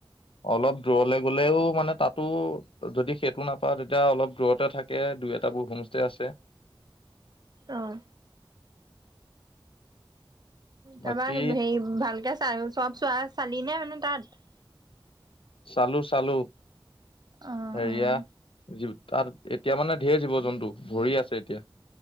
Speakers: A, on the left; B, on the right.
A: অলপ দূৰলে গলেও মানে তাতো যদি সেইটো নাপাওঁ তেতিয়া অলপ দূৰতে থাকে দুই এট বোৰ হোমষ্টে আছে
B: আহ
A: বাকী
B: তাৰপা হেৰি ভালকে চ চব চোৱা চালি নে মানে তাত
A: চালো চালো
B: অ',
A: হেৰিয়া
B: অ',
A: তাত এতিয়া মানে ঢেৰ জীৱ জন্তু ভৰি আছে এতিয়া